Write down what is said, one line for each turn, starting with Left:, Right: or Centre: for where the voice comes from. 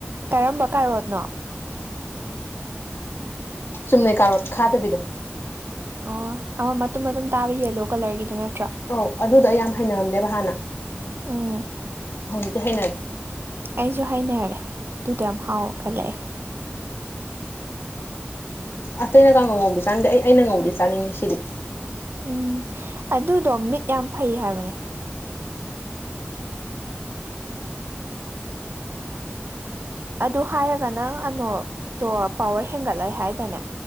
Right: ꯀꯔꯝꯕ ꯀꯥꯔꯣꯠꯅꯣ
Left: ꯆꯨꯝꯅ ꯀꯥꯔꯣꯠ ꯈꯥꯗꯕꯤꯗꯣ
Right: ꯑꯣ ꯑꯃ ꯃꯇꯨꯝ ꯃꯇꯨꯝ ꯇꯥꯕ ꯌꯦꯂꯣ ꯀꯂꯔꯒꯤꯗꯨ ꯅꯠꯇ꯭ꯔ
Left: ꯑꯧ ꯑꯗꯨꯗꯣ ꯑꯩ ꯌꯥꯝ ꯍꯩꯅꯔꯝꯗꯦꯕ ꯍꯥꯟꯅ
Right: ꯎꯝ
Left: ꯍꯧꯖꯤꯛꯇꯤ ꯍꯩꯅꯔꯦ
Right: ꯑꯩꯁꯨ ꯍꯥꯏꯅꯔꯦ ꯑꯗꯨꯗꯣ ꯌꯥꯝ ꯍꯥꯎꯔ ꯈꯜꯂꯛꯑꯦ
Left: ꯑꯇꯩꯩꯅ ꯀꯥꯉꯧ ꯉꯧꯗꯤ ꯆꯥꯅꯤꯡꯗꯦ ꯑꯩ ꯑꯩꯅ ꯉꯧꯗꯤ ꯆꯥꯅꯤꯡꯉꯤ ꯁꯤꯗꯤ
Right: ꯎꯝ ꯑꯗꯨꯗꯣ ꯃꯤꯠ ꯌꯥꯝ ꯐꯩ ꯍꯥꯏꯕꯅꯦ ꯑꯗꯨ ꯍꯥꯏꯔꯒ ꯅꯪ ꯑꯅꯣꯠꯇꯣ ꯄꯋꯥꯔ ꯍꯦꯟꯒꯠꯂꯛꯦ ꯍꯥꯏꯇꯥꯅꯦ